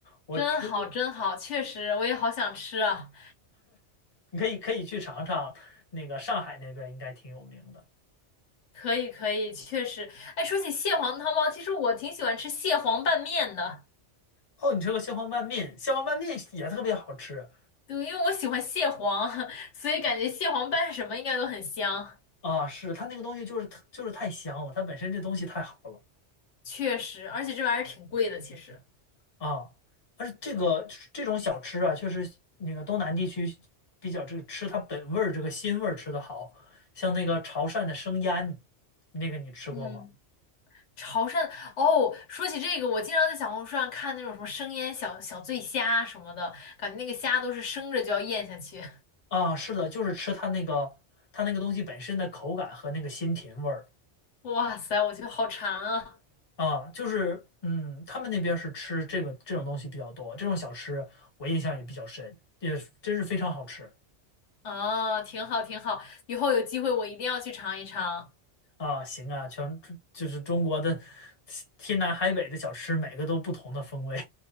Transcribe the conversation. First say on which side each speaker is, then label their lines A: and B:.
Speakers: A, on the left; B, on the left.
A: 我吃过，
B: 真好，真好，确实我也好想吃啊。
A: 你可以可以去尝尝，那个上海那边应该挺有名的。
B: 可以，可以，确实。哎，说起蟹黄汤包，其实我挺喜欢吃蟹黄拌面的。
A: 哦，你吃过蟹黄拌面，蟹黄拌面也特别好吃
B: 对，因为我喜欢蟹黄，<laughs> 所以感觉蟹黄拌什么应该都很香。
A: 啊！是它那个东西就是特就是太香了，它本身这东西太好了。
B: 确实，而且这玩意儿挺贵的，其实。
A: 啊，而且这个这种小吃啊，确实那个东南地区比较这个吃它本味儿这个鲜味儿吃的好，像那个潮汕的生腌，那个你吃过吗？
B: 嗯。潮汕哦，说起这个，我经常在小红书上看那种什么生腌小小醉虾什么的，感觉那个虾都是生着就要咽下去。
A: 啊，是的，就是吃它那个它那个东西本身的口感和那个鲜甜味儿
B: <laughs> 哇塞，我觉得好馋啊！
A: 啊，就是嗯，他们那边儿是吃这个这种东西比较多，这种小吃我印象也比较深，也真是非常好吃
B: 啊，挺好挺好，以后有机会我一定要去尝一尝。
A: 啊。行啊，全就是中国的 <laughs> 天南海北的小吃，每个都不同的风味。